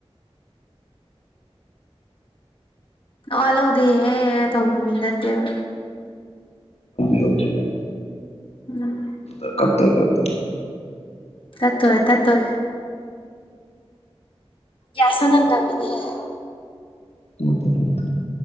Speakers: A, on the left (about 55°); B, on the left (about 80°).
A: ꯑ ꯂꯧꯗꯦꯍꯦ ꯇꯧꯕ ꯃꯤ ꯅꯠꯇꯦꯕ
B: ꯌꯧꯖ
A: ꯎꯝ
B: ꯎ ꯀꯛꯇ ꯀꯇ
A: ꯇꯠꯇꯣꯏ ꯇꯠꯇꯣꯏ ꯌꯥꯁ ꯅꯗꯃꯤꯅꯤꯍ
B: <inaudible>